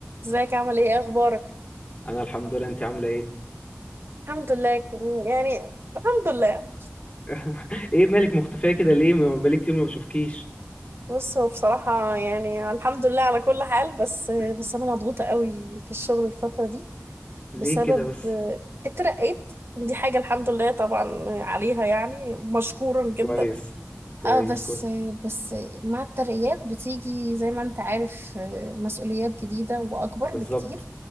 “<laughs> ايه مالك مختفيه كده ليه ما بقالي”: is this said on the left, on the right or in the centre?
Left